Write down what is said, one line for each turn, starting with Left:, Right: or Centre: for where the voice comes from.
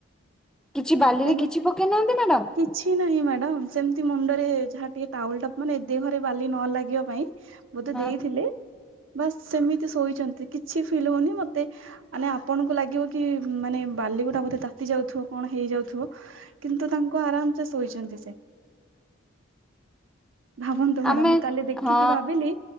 Centre: କିଛି ବାଲିରେ
Right: ତାଙ୍କୁ
Centre: କିଛି ପକେଇ ନାହାନ୍ତି ମ୍ୟାଡାମ।
Right: କିଛି ନାହିଁ ସେମିତି ମୁଣ୍ଡରେ ଯାହା ଟିକେ ଟଉଲ ଟାନେ ଦେରେ। ବାଲି ନ ଲାଗିବା ପାଇଁ। ମୁଁ ତେ
Centre: ହଁ
Right: ଦେଇଥିଲେ। ବାସ୍ ସେମିତି ଶୋଇଛନ୍ତି କିଛି ଫିଲ୍ ହଉନି ମତେ ମାନେ ଆପଣଙ୍କୁ ଲାଗିବ କି ମାନେ ବାଲିଗୋଟା ମୋତେ ତାତି ଯାଉଥିବ କଣ ହେଇଯାଉଥିବ କିନ୍ତୁ ତାଙ୍କୁ ଆରାମ ସେ ଶୋଇଛନ୍ତି ସେ ଭାବନ। କଣ
Centre: ଆମେ
Right: ମୁଁ କାଲି ଦେଖିକି
Centre: ହଁ
Right: ଭାବିଲି।